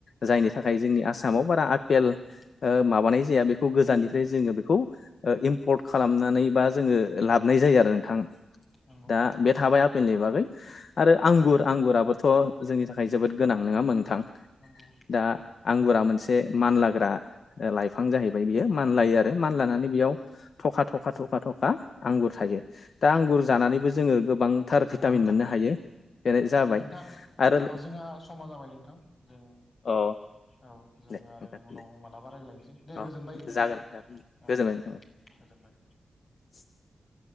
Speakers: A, on the left (about 65°); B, on the left (about 50°).
A: जायनि
B: नंगौ
A: थाखाय जोंनि आसामाव बारा आपेल‌
B: नंगौ
A: ओ माबानाय जाया बेखौ गोजाननिफ्राय जोङो बेखौ इम्पर्ट खालामनानै बा जोङो लाबोनाय जायो आरो नोंथां
B: नंगौ
A: दा बे थाबाय फेलनि बागै आरो आंगुर
B: औ
A: आंगुराबोथ' जोंनि थाखाय जोबोद गोनां नोङा होनबा नोंथां
B: नंगौ
A: दा आंगुरा मोनसे मानलाग्रा लाइफां जाहैबाय बियो मानलायो आरो मानलानानै बेयाव थखा थखा थखा थखा आंगुर थायो दा आंगुर जानानैबो जोङो गोबां थार
B: नंगौ
A: भिटामिन
B: नोंथां
A: मोननो हायो बेनो जाबाय
B: नोंथां औ
A: आरो
B: जोंहा समा जाबाय नोंथां जों
A: अ
B: औ जों
A: दे नोंथां
B: आरो उनाव
A: दे
B: मालाबा रायलायनोसै। दे
A: अ
B: गोजोनबाय बिदिबा
A: जागोन जागोन
B: औ
A: गोजोनबाय
B: औ
A: नोंथां
B: गोजोनबाय
A: <inaudible>